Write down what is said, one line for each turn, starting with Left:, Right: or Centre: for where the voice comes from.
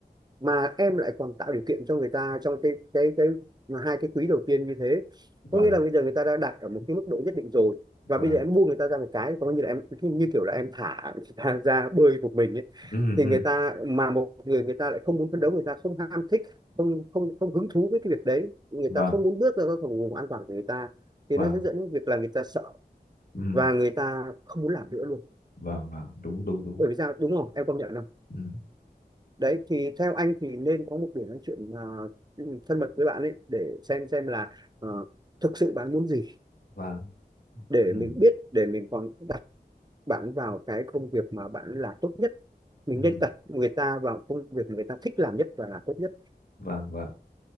Right: mà em lại còn tạo điều kiện cho người ta trong cái cái cái mà hai cái quý đầu tiên như thế
Left: vâng
Right: có nghĩa là bây giờ người ta đã đặt ở một cái mức độ nhất định rồi và
Left: vâng
Right: bây giờ em buông người ta ra một cái có như là em như kiểu là em thả người ta ra bơi một mình ấy
Left: ừ,
Right: thì
Left: ừ,
Right: người ta mà một người người ta lại không muốn phấn đấu người ta không ham thích không không không hứng thú với cái việc đấy người
Left: vâng
Right: ta không muốn bước ra khỏi vùng an toàn của người ta thì
Left: vâng
Right: nó sẽ dẫn đến việc là người ta sợ
Left: ừ,
Right: và người ta không muốn làm nữa luôn
Left: vâng vâng đúng đúng đúng
Right: bởi vì sao đúng không em công nhận không
Left: ừ.
Right: đấy thì theo anh thì nên có một buổi nói chuyện à, thân mật với bạn ấy để xem xem là ờ, thực sự bạn muốn gì
Left: vâng
Right: để
Left: ừ.
Right: mình biết để mình còn đặt bạn vào cái công việc mà bạn làm tốt nhất mình
Left: Ừ.
Right: nên đặt người ta vào công việc người ta thích làm nhất và làm tốt nhất
Left: vâng vâng